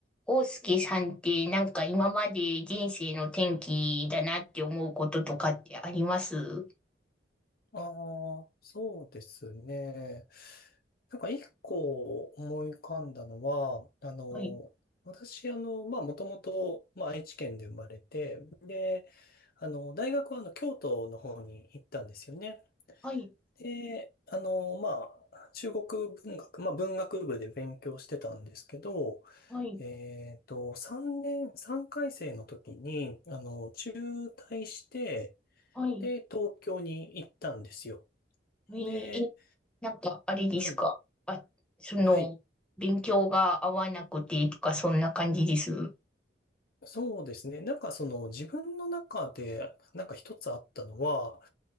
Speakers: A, in the centre; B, on the left.
A: 大介さんってなんか今まで人生の転機だなって思うこととかってあります
B: ああ、そうですね。なんか一個思い浮かんだのは、あの、
A: はい、
B: 私、あの、まあ、もともと、まあ、愛知県で生まれて、で、あの、大学は、あの、京都の方に行ったんですよね。
A: はい、
B: で、あの、まあ、中国文学、まあ、文学部で勉強してたんですけど、
A: はい、
B: えっと、3年、3回生の時に、あの、中退して、
A: はい。
B: で、東京に行ったんですよ。
A: えーえ
B: で、
A: なんかあれですかあ、
B: はい。
A: その、
B: はい。
A: 勉強が合わなくてとかそんな感じです。
B: そうですね。なんかその自分の中でなんか一つあったのは、